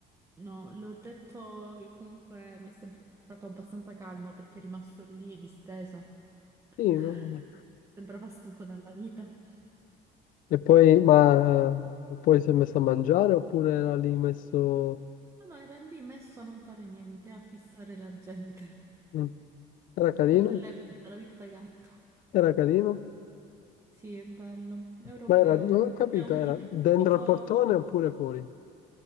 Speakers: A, on the right; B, on the left.
A: No, l'ho detto che comunque mi è sembrato abbastanza calmo perché è rimasto lì disteso.
B: Sì,
A: <laughs>
B: no?
A: Sembrava stufo dalla vita. No,
B: E poi, ma poi si è messo a mangiare oppure era lì messo...
A: no, era lì messo a non fare niente, a fissare la gente.
B: Mm. Era carino?
A: La bella vita, la vita da gatto.
B: Era carino?
A: Sì, è bello, europeo.
B: Ma era, non ho capito,
A: C'è un
B: era
A: tipico...
B: dentro al portone oppure fuori?